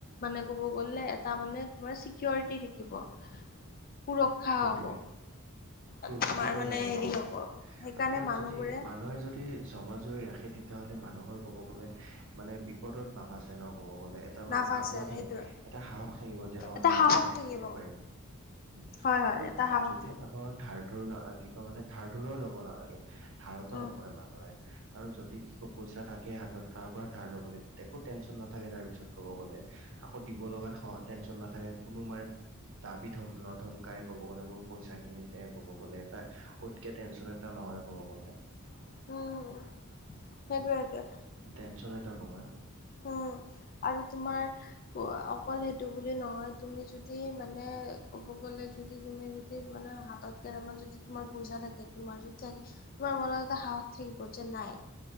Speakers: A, on the left; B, on the right.
A: মানে ক'ব গ'লে এটা মানে তোমাৰ কিয়ৰিটি থাকিব সুৰক্ষা
B: সেইটোৱে
A: হ'ব
B: সুৰক্ষিত
A: তোমাৰ মানে
B: থাকিব
A: হেৰি
B: মানে
A: হ'ব সেইকাৰণে
B: আৰু তোমাৰ
A: মানুহবোৰে
B: যদি মানুহে যদি যদি জমা জুৰি ৰাখে তেতিয়াহ'লে মানুহৰ ক'ব গ'লে মানে বিপদত নাবা চে ন ক'ব গ'লে এটা মানে
A: নাফাচে
B: আগ্ৰহ
A: সেইটোৱে
B: থাকে এটা সাহস থাগিব যে অ
A: এটা
B: মই এইখিনি
A: সাহস
B: কাম
A: থাকিব
B: কৰিব পাৰিম উম
A: হয় হয়
B: আৰু
A: এটা সাহস
B: যদি
A: থাকিব
B: মানুহৰ ধাৰ ধুৰ কি কয় মানে ধাৰ ধুৰো ল'ব নালাগে ধাৰতো
A: উম
B: নপৰে মানুহে কাৰণ যদি কো পইচা থাকে হাতত কাৰ পৰা ধাৰ ল'ব লাগিব একো টেনশ্যন নাথাকে তাৰ পিছত ক'ব গ'লে কাকো দিব লগা টেনশ্যন নাথাকে কোনো মাৰে দাবী ধম নধমকাই ক'ব গ'লে মোৰ পইচাখিনি দে ক'ব গ'লে এটা উতকে টেনশ্যন এটা নহয় ক'ব গ'লে
A: হম হ সেইটোৱে সেইটোৱে
B: টেনশ্যন এটা কমে
A: উম আৰু তোমাৰ অকল সেইটো বুলি নহয় তুমি যদি মানে ক'ব গ'লে যদি তুমি যদি মানে হাতত কেইটামান যদি তোমাৰ পইছা থাকে তোমাৰ যদি থাকে তোমাৰ মন এটা সাহস থাকিব যে নাই